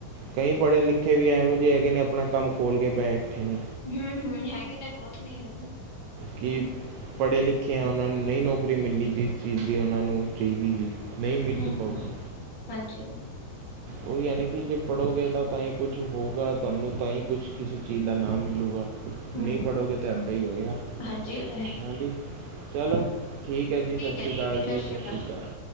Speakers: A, on the right (about 80°); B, on the left (about 40°).
A: ਕਈ ਪੜੇ-ਲਿਖੇ ਵੀ ਐਹੋ ਜੇ ਹੈਗੇ ਨੇ, ਆਪਣਾ ਕੰਮ ਖੋਲ ਕੇ ਬੈਠੇ ਨੇ।
B: ਹੂੰ-ਹੂੰ ਹੈਗੇ ਨੇ ਬੋਤ ਨੇ ਏਹੋ ਜੇ।
A: ਕੀ ਪੜੇ-ਲਿਖੇ ਐ, ਓਨਾਂ ਨੂੰ ਨਈਂ ਨੌਕਰੀ ਮਿਲੀ ਜਿਸ ਚੀਜ਼ ਦੀ ਓਨਾਂ ਨੂੰ ਚਾਈਦੀ ਸੀ। ਨਹੀਂ ਮਿਲ
B: ਹੂੰ-ਹੂੰ,
A: ਪਾਊਗੀ
B: ਹਾਂਜੀ।
A: ਓਹੀ ਐ ਨਾ ਕੀ ਜੇ ਪੜੋਗੇ ਤਾਂ-ਤਾਂਈ ਕੁਛ ਹੋਊਗਾ, ਤੁਆਨੂੰ ਤਾਂ ਈ ਕੁਛ ਕਿਸੀ ਚੀਜ਼ ਦਾ ਨਾਮ ਮਿਲੂਗਾ।
B: ਹੂੰ
A: ਨਈਂ
B: ਹੂੰ
A: ਪੜੋਗੇ ਤਾਂ ਏਦਾਂ ਈ ਹੋਏਗਾ
B: ਹਾਂਜੀ ਇਹ ਤਾਂ ਹੈ
A: ਹਾਂਜੀ, ਚਲੋ। ਠੀਕ ਐ ਜੀ, ਸਸ਼੍ਰੀ
B: ਹੈ
A: ਕਾਲ
B: ਸਤਿ
A: ਜੀ,
B: ਸ੍ਰੀ
A: ਸਸ਼੍ਰੀ
B: ਅਕਾਲ
A: ਕਾਲ।